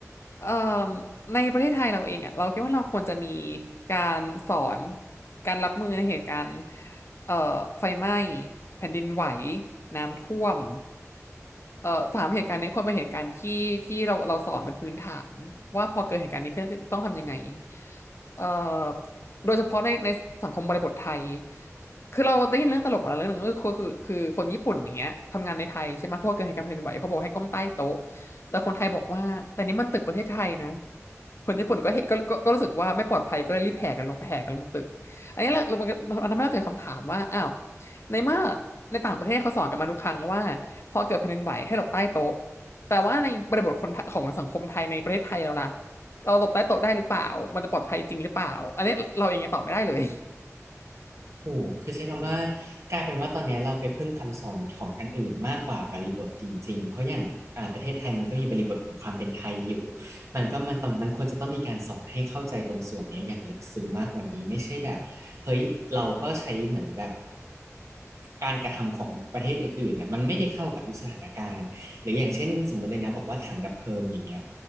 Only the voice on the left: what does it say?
เอ่อในประเทศไทยเราเองอ่ะเราคิดว่าเราควรจะมีการสอนการรับมือในเหตุการณ์เอ่อไฟไหม้แผ่นดินไหวน้ำท่วมเอ่อสามเหตุการณ์นี้ควรเป็นเหตุการณ์ที่ที่เราเราสอนเป็นพื้นฐานว่าพอเกิดเหตุการณ์นี้ขึ้นต้องทำยังไงเอ่อโดยเฉพาะในในสังคมบริบทไทย คือเราได้ยินเรื่องตลกมาแล้วเรื่องหนึงก็คือคือคือคนญี่ปุ่นอย่างเงี้ยทำงานในไทยใช่ไหมเพราะวกเกิดเหตุการณ์แผ่นดินไหวเขาบอกให้ก้มใต้โต๊ะแต่คนไทยบอกว่าแต่นี่มันตึกประเทศไทยนะคนญี่ปุ่นก็เห็นก็ก็ก็รู้สึกว่าไม่ปลอดภัยก็เลยรีบแห่กันลงแห่กันลงตึกอันนี้เราเรามันก็เราทำให้เราเกิดคำถามว่าอ้าวในเมื่อในต่างประเทศเขาสอนกันมาทุกครั้งว่าพอเกิดแผ่นดินไหวให้หลบใต้โต๊ะแต่ว่าในบริบทคนไทของสังคมไทยในประเทศไทยเราล่ะเราหลบใต้โต๊ะได้หรือเปล่ามันจะปลอดภัยจริงหรือเปล่าอันนี้เราเองยังตอบไม่ได้เลย